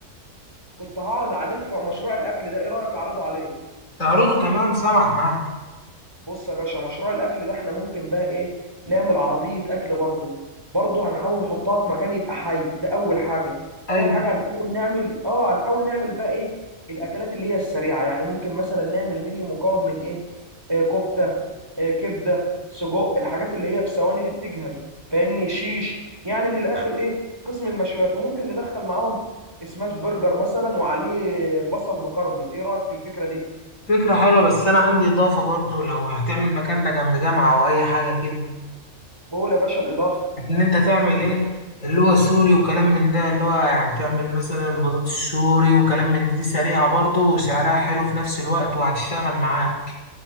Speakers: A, on the right; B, on the left.
A: كنت هعرض عليك في مشروع الاكل ده ايه رايك اعرضه عليك
B: تعرضه تمام سامعك معاك
A: بص يا باشا مشروع الاكل ده احنا ممكن بقى ايه نعمل عربيه اكل برضه برضه هنحاول نحطها في مكان يبقى حي ده اول حاجه
B: ايوه
A: تاني حاجه هنحاول نعمل اه هنحاول نعمل بقى ايه الاكلات اللي هي السريعه يعني ممكن مثلا نعمل منيو مكون من ايه, آه كفته آه كبده سجق الحاجات اللي هي في ثواني دي بتجهز فاهمني شيش يعني من الاخر ايه قسم المشويات وممكن ندخل معاهم سماش برجر مثلا وعليه بصل مكرمل ايه رايك في الفكره دي
B: فكرة حلوة بس أنا عندي إضافة برضه لو هتعمل مكان ده جنب جامعة أو أي حاجة كده
A: قول يا باشا الاضافه
B: إن أنت تعمل إيه اللي هو سوري وكلام من ده اللي هو يعني تعمل مثلا بطاطس سوري وكلام من ده دي سريعة برضه وسعرها حلو في نفس الوقت وهتشتغل معاك